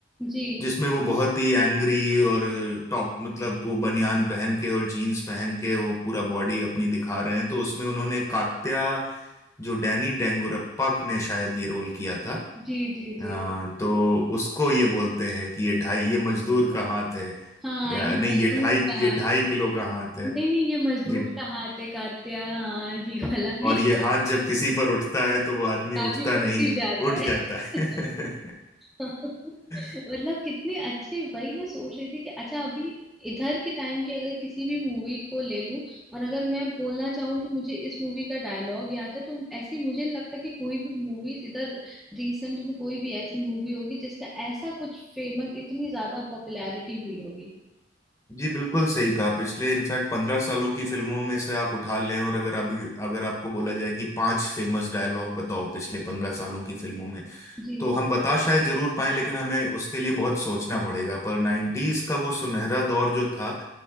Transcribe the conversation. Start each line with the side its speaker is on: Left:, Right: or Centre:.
Centre: जी
Left: जिसमें वो बहुत ही एंग्री और टॉप मतलब वो बनियान पहन के और जीन्स पहन के वो पूरा बॉडी अपनी दिखा रहे हैं तो उसमें उन्होंने कात्या जो डैनी डेंगुरप्पा ने शायद ये रोल किया था
Centre: जी जी जी
Left: आ, तो उसको ये बोलते हैं कि ये ढाई ये मजदूर का हाथ है
Centre: हाँ
Left: या
Centre: ये
Left: नहीं
Centre: मजदूर
Left: ये ढाई
Centre: कहाँ
Left: ये ढाई
Centre: थे
Left: किलो का हाथ है
Centre: नहीं नहीं ये मजदूर
Left: ये
Centre: कहाँ थे कात्या हाँ ये वाला ये
Left: और ये
Centre: बस
Left: हाथ
Centre: बीच
Left: जब किसी पर उठता है तो वो आदमी
Centre: में आदमी
Left: उठता नहीं
Centre: उठ ही जाता
Left: उठ
Centre: है
Left: जाता है
Centre: <laughs> <laughs> मतलब
Left: <laughs>
Centre: कितने अच्छे वही मैं सोच रही थी कि अच्छा अभी इधर के टाइम की अगर किसी भी मूवी को ले लूं और अगर मैं बोलना चाहूँ कि मुझे इस मूवी का डायलॉग याद है तो ऐसी मुझे नहीं लगता कि कोई भी मूवीज इधर रिसेंट में कोई भी ऐसी मूवी होगी जिसका ऐसा कुछ फेमस इतनी ज्यादा पॉपुलैरिटी हुई होगी
Left: जी बिल्कुल सही कहा पिछले इनफैक्ट पंद्रह सालों की फिल्मों में से आप उठा लें और अगर आप अगर आपको बोला जाए कि पांच फेमस डायलॉग बताओ पिछले पंद्रह सालों की फिल्मों में
Centre: जी
Left: तो हम बता शायद जरूर पाएं लेकिन हमें उसके लिए बहुत सोचना पड़ेगा पर नाइन्टीज का वो सुनहरा दौर जो था